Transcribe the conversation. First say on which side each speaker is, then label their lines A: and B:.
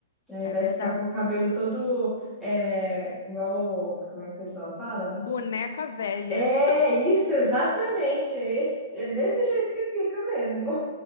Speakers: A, in the centre; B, on the left.
A: Aí
B: é
A: vai
B: verdade.
A: ficar com o cabelo todo é, igual. Como é que o pessoal fala?
B: Boneca velha.
A: É isso, exatamente. É, esse- é desse jeito que fica mesmo.